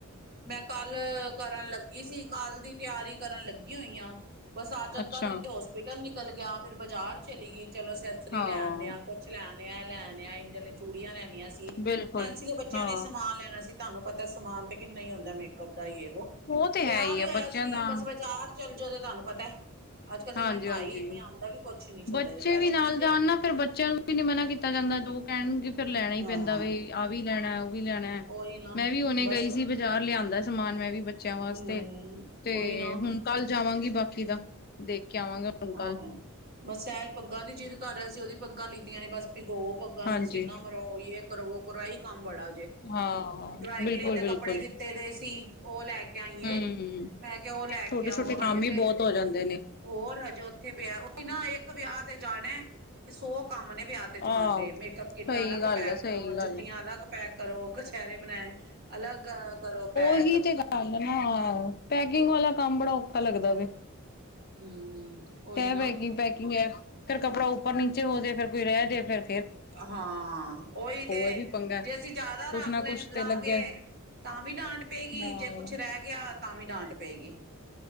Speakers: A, on the right; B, on the left.
A: ਮੈਂ ਕੱਲ ਕਰਨ ਲੱਗੀ ਸੀ, ਕੱਲ ਦੀ ਤਿਆਰੀ ਕਰਨ ਲੱਗੀ ਹੋਈ ਹਾਂ ਬਸ ਅੱਜ ਅੱਧਾ
B: ਅੱਛਾ
A: ਦਿਨ ਤੇ ਹੋਸ ਹੋਸਪਿਟਲ ਨਿਕਲ ਗਿਆ, ਫਿਰ ਬਾਜ਼ਾਰ ਚਲੀ ਗਈ ਚਲੋ ਸੈਸਰੀ
B: ਹਾਂ
A: ਲੈ ਆਨੇ ਆ ਕੁਛ ਲੈਨ ਏ ਆ ਏ ਲੈਨ ਆ ਇੰਜ ਆਲੀ ਚੂੜੀਆਂ ਲੈਣੀਆਂ ਸੀ,
B: ਬਿਲਕੁਲ
A: ਨੈਨਸੀ ਦੇ ਬੱਚਿਆਂ
B: ਹਾਂ
A: ਨੇ ਸਮਾਨ ਲੈਣਾ ਸੀ ਤਾਹਨੂੰ ਪਤੇ ਸਮਾਨ ਤੇ ਕਿੰਨਾ ਈ ਹੁੰਦੇ ਐ ਮੇਕਅਪ ਦਾ ਯੇ ਵੋ,
B: ਉਹ ਤੇ
A: ਵਿਆਹ
B: ਹੈ ਹੀ
A: ਵੀ
B: ਆ
A: ਹੋਇਆ
B: ਬੱਚਿਆਂ
A: ਸੀ
B: ਦਾ
A: ਬਸ ਬਜ਼ਾਰ ਚੱਲ ਜੋ ਤੇ ਤੁਹਾਨੂੰ ਪਤੇ, ਅੱਜ ਕੱਲ ਤੇ
B: ਹਾਂਜੀ
A: ਮਹਿੰਗਾਈ
B: ਹਾਂਜੀ
A: ਇੰਨੀ ਆਂਦਾ ਵੀ ਕੁਛ ਨੀ, ਛੋੜੇ
B: ਬੱਚੇ
A: ਜਹੇ ਪੈਸਆ
B: ਵੀ ਨਾਲ
A: ਚ ਤੇ
B: ਜਾਣ ਨਾ ਫਿਰ ਬੱਚਿਆਂ ਨੂੰ ਵੀ ਨੀ ਮਨਾ ਕੀਤਾ ਜਾਂਦਾ ਜੋ ਕਹਿਣਗੇ ਫਿਰ ਲੈਣਾ ਹੀ
A: ਹਾਂ
B: ਪੈਂਦਾ ਵੇ, ਆਹ ਵੀ ਲੈਣਾ ਉਹ ਵੀ ਲੈਣਾ
A: ਉਹੀ ਨਾ
B: ਮੈਂ ਵੀ ਹੋਨੇ
A: ਬਸ
B: ਗਈ ਸੀ ਜ਼ਾਰ ਲਿਆਦੇ ਸਮਾਨ ਮੈਂ ਵੀ ਬੱਚਿਆਂ ਵਾਸਤੇ,
A: ਹਮ
B: ਤੇ
A: ਉਹੀ ਨਾ
B: ਹੁਨ ਕੱਲ ਜਾਵਾਂਗੀ ਬਾਕੀ ਦਾ, ਦੇਖ ਕੇ ਆਵਾਂਗਾ ਹੁਣ
A: ਆਹਾ,
B: ਕੱਲ
A: ਬਸ ਏ ਪੱਗਾਂ ਦੀ ਜਿਦ ਕਰ ਰਿਹਾ ਸੀ ਉਹਦੀ ਪੱਗਾਂ ਲੀਤੀਆਂ ਨੇ ਬਸ ਭਿਗੋ ਪਗਾਂ
B: ਹਾਂਜੀ
A: ਨੂੰ ਸੀਨਾ ਮਰੋ ਯੇ ਕਰੋ, ਵੋ ਕਰੋ, ਏਈ ਕੰਮ ਬੜਾ ਜੇ,
B: ਹਾਂ
A: ਡਰਾਈ
B: ਬਿਲਕੁਲ
A: ਕਲੀਨ ਦੇ
B: ਬਿਲਕੁਲ
A: ਕੱਪੜੇ ਦੀਤ ਤੇ ਦੇ ਸੀ ਉਹ ਲੈ ਕੇ ਆਈਏ,
B: ਹਮ
A: ਮੈਂ ਕਿਹਾ ਉਹ ਲੈ ਕੇ
B: ਛੋਟੇ
A: ਆਓ
B: ਛੋਟੇ
A: ਹਜੇ
B: ਕੰਮ ਹੀ
A: ਤੇ
B: ਬਹੁਤ ਹੋ ਜਾਂਦੇ ਨੇ
A: ਹੋਰ ਹਜੇ ਉੱਥੇ ਪਿਆ, ਉਹੀ ਨਾ ਇੱਕ ਵਿਆਹ ਤੇ ਜਾਣੇ ਤੇ ਸੌ ਕੰਮ ਨੇ ਵਿਆਹ ਤੇ ਜਾਣਦੇ,
B: ਆਹੋ
A: ਮੇਕਅੱਪ ਕਿੱਟਾਂ
B: ਸਹੀ
A: ਅਲੱਗ
B: ਗੱਲ
A: ਪੈਕ
B: ਹੈ ਸਹੀ
A: ਕਰੋ,
B: ਗੱਲ
A: ਜੁੱਤੀਆਂ
B: ਹੈ
A: ਅਲੱਗ ਪੈਕ ਕਰੋ ਕਚਹਿਰੇ ਬਣੈਣ ਅਲੱਗ ਕਰੋ ਪੈ
B: ਏਹੀ ਤੇ ਗ <unintelligible> ਨਾ ਪੈਕਿੰਗ ਵਾਲਾ ਕੰਮ ਬੜਾ ਔਖਾ ਲੱਗਦਾ ਵੇ
A: ਹੂੰ ਉਹੀ
B: ਕਹਿ
A: ਨਾ
B: ਪੈਕਿੰਗ ਪੈਕਿੰਗ ਹੈ ਫੇਰ ਕੱਪੜਾ ਉੱਪਰ ਨੀਚੇ ਹੋ ਜੇ ਫਿਰ ਕੋਈ ਰਹਿ ਜੇ ਫਿਰ
A: ਹਾਂ ਉਹੀ ਤੇ,
B: ਇਹ ਵੀ ਪੰਗਾ
A: ਜੇ ਅਸੀਂ ਜ਼ਿਆਦਾ ਰੱਖ
B: ਕੁਛ ਨਾ
A: ਲੈ
B: ਕੁਛ
A: ਲਾਂਗੇ
B: ਤੇ ਲੱਗਿਆ
A: ਤਾਂ ਵੀ ਡਾਂਟ ਪਏਗੀ
B: ਹਾਂ
A: ਜੇ ਕੁਛ ਰਹਿ ਗਿਆ ਤਾਂ ਵੀ ਡਾਂਟ ਪਏਗੀ